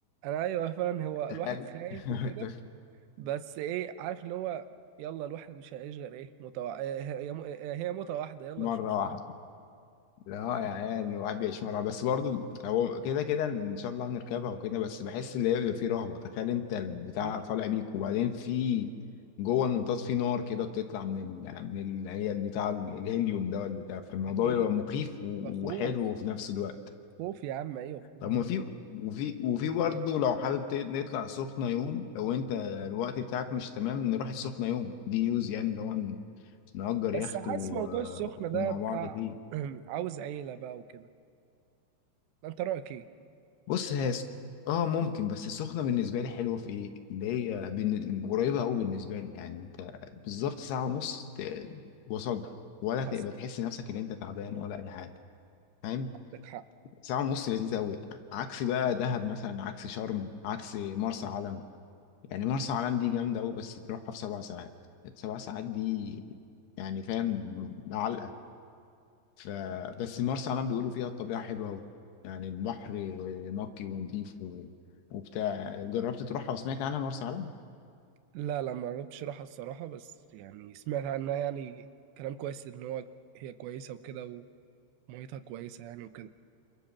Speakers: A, on the right; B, on the left.
A: انا ايوه فعلا هو
B: تخيل
A: الواحد خايف
B: <laughs>
A: وكده بس ايه عارف اللي هو يلا الواحد مش هيعيش غير ايه متوع... هي هي موتة واحدة يلا
B: مره
A: مش مشكلة
B: واحده لا يا عيال الواحد بيعيش مره واحدة. بس برضه هو كده كده ان شاء الله هنركبها وكده بس بحس ان هي بيبقى فيه رهبه تخيل انت البتاع
A: اكيد
B: طالع بيك وبعدين في جوه المنطاد في نار كده بتطلع من ال... من ال... هي البتاع الهيليوم ده والبتاع فالموضوع
A: اكيد
B: بيبقى مخيف
A: اكيد
B: و...
A: فخوف
B: وحلو في نفس الوقت
A: خوف يا عم ايوه خوف
B: طب
A: جدا
B: ما في وفي وفي برضه لو حابب ت- نطلع سخنة يوم لو انت الوقت بتاعك مش تمام نروح السخنة يوم دي يوز يعني اللي هو ن- نأجر يخت
A: بس حاسس
B: و...
A: موضوع السخنة ده
B: ومع
A: بتاع
B: بعض فيه
A: <clears throat> عاوز عيلة بقى وكده انت رأيك ايه؟
B: بص هي س- اه ممكن بس السخنة بالنسبة لي حلوة في ايه اللي هي بن... قريبة قوي بالنسبة لي يعني انت بالظبط ساعة ونص ت... وصلت ولا تبقى
A: حصل
B: تحس نفسك ان انت تعبان ولا اي حاجة فاهم
A: عندك
B: ساعة ونص لذيذة قوي عكس بقى دهب مثلا عكس شرم عكس مرسى علم يعني مرسى
A: حق
B: علم دي جامدة أوي بس تروحها في سبع ساعات سبع ساعات دي يعني فاهم علقة ف بس مرسى علم بيقولوا فيها الطبيعة حلوة أوي يعني البحر نقي ونضيف و... وبتاع جربت تروحها وسمعت عنها مرسى علم؟
A: لا لا ما جربتش راحة الصراحة بس يعني سمعت عنها يعني كلام كويس إن هو هي كويسة وكده وميتها كويسة يعني وكده